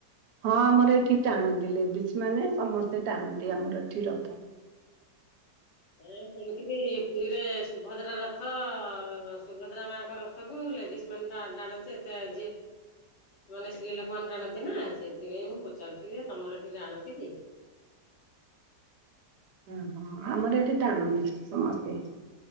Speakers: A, on the right (about 75°); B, on the left (about 75°).
A: ହଁ ଆମର ଏଠି ଟାଣନ୍ତି। ଲେଡିଜ ମାନେ ସମସ୍ତେ ଟାଣନ୍ତି ଆମର ଏଠି ରଥ।
B: ଆ ଶୁଣିଥିଲି ପୁରୀରେ ସୁଭଦ୍ରା ରଥ, ସୁଭଦ୍ରା ମାଙ୍କ ରଥ ତାକୁ ଲେଡିସ୍ ମାନେ ତ ଟାଣନ୍ତି। ଏତେ <inaudible> ମାନେ ସ୍ତ୍ରୀ ଲୋକମାନେ ଟାଣନ୍ତି ନା। ସେଥିପାଇଁ ମୁଁ ପଚାରୁଥିଲି ତମର ଏଠି ଟାଣନ୍ତି କି?
A: ହୁଁ ହ ଆମର ଏଠି ଟାଣନ୍ତି ସମସ୍ତେ।